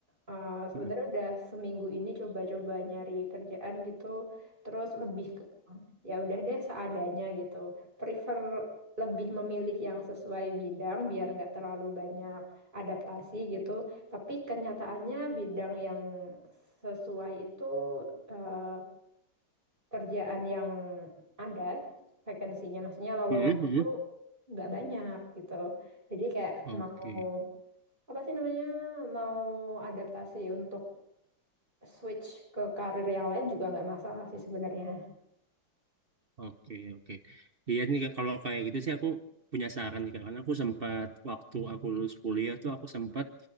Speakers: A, on the right; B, on the right.
A: uh, sebenarnya
B: Mm-mm.
A: udah seminggu ini coba-coba nyari kerjaan gitu, terus lebih ke ya udah deh seadanya gitu. Prefer lebih memilih yang sesuai bidang biar nggak terlalu banyak adaptasi gitu. Tapi kenyataannya bidang yang sesuai itu uh, kerjaan yang ada vakansinya, maksudnya lowongan
B: Mm-mm.
A: itu nggak banyak gitu. Jadi kayak
B: Oke,
A: mau apa sih namanya mau adaptasi untuk switch ke karir yang lain juga nggak masalah sih sebenarnya.
B: oke, oke. Iya nih Kak, kalau kayak gitu sih aku punya saran nih kak. Karena aku sempat waktu aku lulus kuliah tuh aku sempat